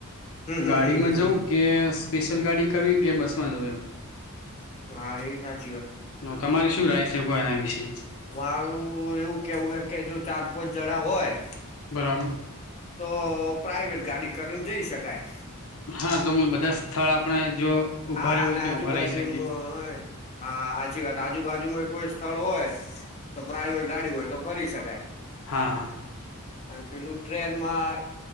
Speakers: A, on the left (about 30°); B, on the left (about 65°).
A: હમ હમ
B: ગાડીમાં
A: હમ હમ
B: જવું
A: હમ
B: કે સ્પેશિયલ ગાડી કરવી કે બસમાં જવું એમ.
A: હા એ સાચુ.
B: હ તમારી શું રાય છે, કો એના વિશે.
A: મારું એવું કેવું હે કે જો ચાર પાંચ જણા હોય
B: બરાબર.
A: તો પ્રાઇવેટ ગાડી કરીને જઈ શકાય
B: હા તમે બધા સ્થળ આપણે જો ઊભા
A: હા
B: રહેવું
A: અને
B: હોય
A: આજુબાજુમાં
B: તો ઊભા રહી શકીએ
A: હોય હા સાચી વાત આજુબાજુમાં કોઈ સ્થળ હોય તો પ્રાાઈવેટ ગાડી હોય તો ફરી શકાય
B: હા હા
A: આ પેલું ટ્રેનમાં